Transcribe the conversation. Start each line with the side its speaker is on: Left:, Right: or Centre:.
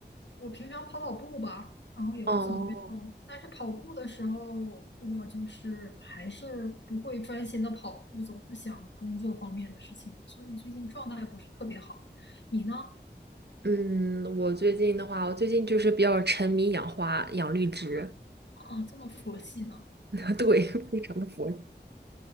Left: 我平常跑跑步吧，然后也不怎么运动，
Right: 哦，
Left: 但是跑步的时候，我就是还是不会专心的跑步，总是想工作方面的事情，所以最近状态不是特别好。你呢？
Right: 嗯，我最近的话，我最近就是比较沉迷养花、养绿植，
Left: 啊，这么佛系呢？
Right: <laughs> 对，非常的佛